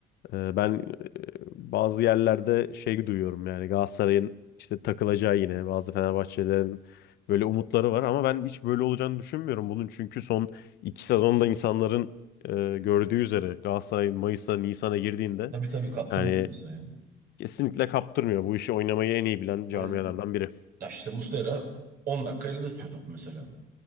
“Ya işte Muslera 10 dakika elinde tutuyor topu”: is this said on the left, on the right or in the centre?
Right